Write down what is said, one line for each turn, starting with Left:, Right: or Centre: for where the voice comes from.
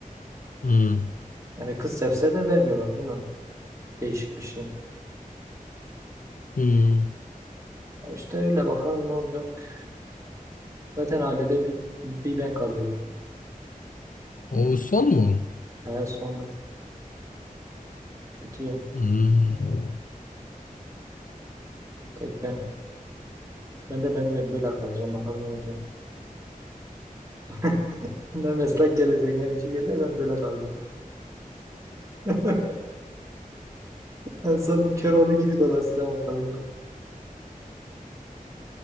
Left: Hmm.
Right: Yani kız sevse de vermiyorlar, bilmiyorum. Değişik bir şey.
Left: Hmm.
Right: Ya işte öyle bakalım ne olacak. Zaten ailede bir, bir ben kalıyorum.
Left: O son mu?
Right: Hayat sondur, bitiyor.
Left: Hmm.
Right: Bir tek ben. Ben de bence böyle kalacağım bakalım ne olacak. <laughs> Ne meslek gelecek ne bir şey gelecek ben böyle kalacağım. <laughs> En son Köroğlu gibi dolaşacağım ortalıkta.